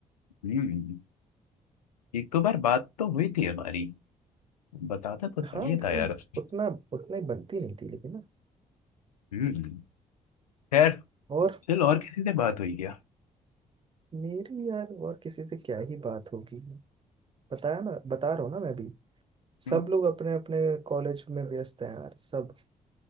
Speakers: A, on the left (about 85°); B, on the right (about 25°).
A: हम्म एक दो बार बात तो हुई थी हमारी बताता तो चाहिए
B: हाँ लेकिन
A: था यार उसने।
B: उतना उतना ही बनती नहीं थी लेकिन ना
A: हम्म खैर
B: और
A: चल और किसी से बात हुई क्या
B: मेरी यार और किसी से क्या ही बात होगी बताया ना बता रहा हूँ ना मैं भी
A: हम्म
B: सब लोग अपने अपने कॉलेज में व्यस्त हैं यार सब